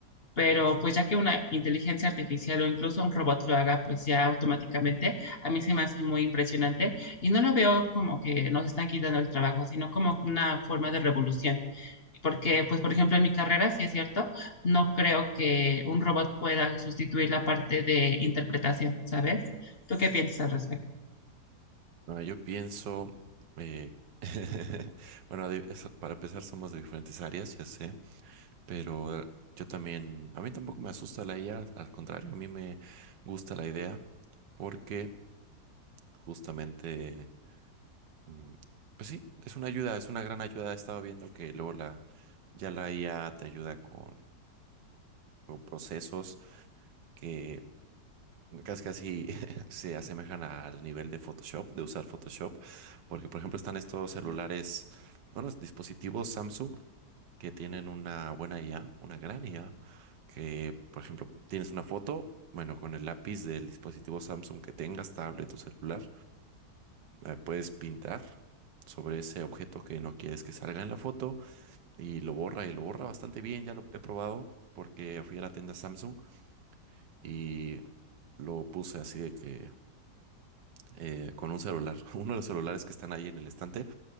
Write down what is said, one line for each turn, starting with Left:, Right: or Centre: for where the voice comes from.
Left: Pero pues ya que una inteligencia artificial o incluso un robot lo haga, pues ya automáticamente, a mí se me hace muy impresionante y no lo veo como que nos están quitando el trabajo, sino como una forma de revolución. Porque, pues, por ejemplo, en mi carrera, sí es cierto, no creo que un robot pueda sustituir la parte de interpretación, ¿sabes? ¿Tú qué piensas al respecto?
Right: Bueno, yo pienso, eh, <laughs> bueno, de- es- para empezar somos de diferentes áreas, ya sé, pero eh, yo también, a mí tampoco me asusta la IA, al contrario, a mí me gusta la idea porque justamente, mm, pues sí, es una ayuda, es una gran ayuda. He estado viendo que luego la, ya la IA te ayuda con, con procesos que Casi, casi <laughs> se asemejan al nivel de Photoshop, de usar Photoshop, porque por ejemplo están estos celulares, unos dispositivos Samsung que tienen una buena IA, una gran IA, que por ejemplo tienes una foto, bueno, con el lápiz del dispositivo Samsung que tengas, tablet o celular, eh, puedes pintar sobre ese objeto que no quieres que salga en la foto y lo borra y lo borra bastante bien, ya lo he probado porque fui a la tienda Samsung y lo puse así de que eh, con un celular, <laughs> uno de los celulares que están ahí en el estante,